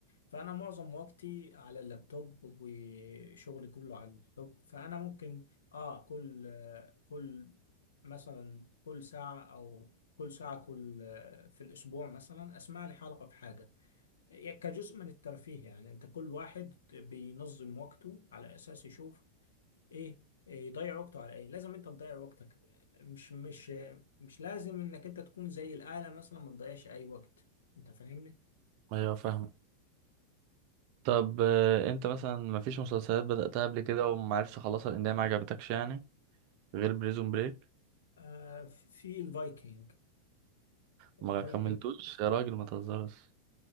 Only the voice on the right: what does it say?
ايوه فاهم طب آه، انت مثلا مفيش مسلسلات بدأتها قبل كده ومعرفش اخلصها لان هي ما عجبتكش يعني غير بريزون بريك
ما كملتوش يا راجل ما تهزرش